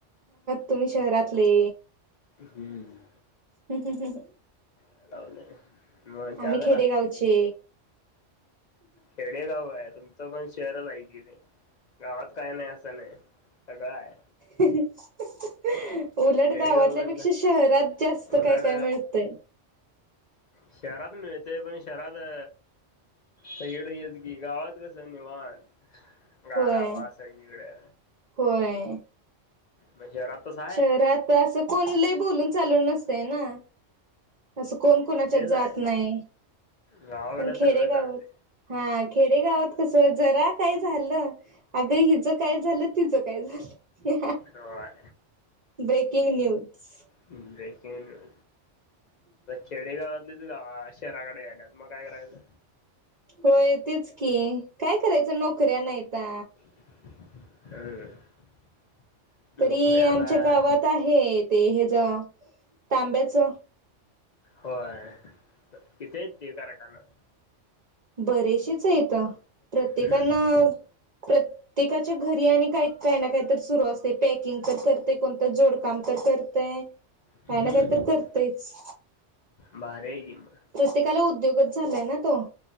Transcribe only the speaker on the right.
तुम्ही शहरातले
हं हं हं ह
आम्ही खेडे गावचे.
उलटलं
गावातल्यापेक्षा
शहरात जास्त
काय काय मिळतय.
होय,
होय.
शहरात असं कोण लय बोलून चालून नसतय ना. असं कोण
कोणाच्यात
जात
नाही,
पण खेडेगावात
हा खेडेगावात कस जरा काय झालं अग हिचं काय झालं, तिचं काय झालं?
ब्रेकिंग न्यूज.
होय तेच की काय करायचं, नोकऱ्या नाहीता.
तरी
आमच्या गावात आहे ते, हेज तांब्याच
बरेशेच हायत, प्रत्येकानां
प्रत्येकाच्या घरी आणि काय काय ना काय तर सुरू असतय पॅकिंग तर करतय, कोणतर जोडकाम तर करतय,
काय ना काही तर करतयच.
प्रत्येकाला उद्योगच झालाय ना तो.